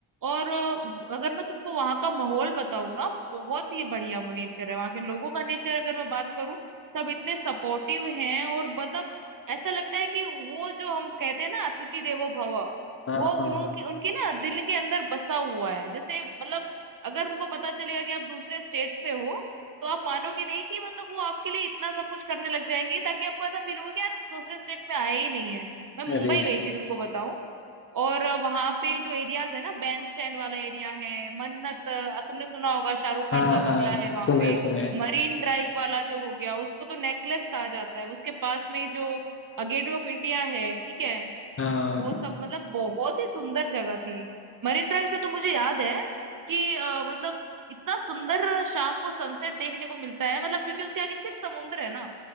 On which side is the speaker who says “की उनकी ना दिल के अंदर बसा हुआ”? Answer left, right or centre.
Right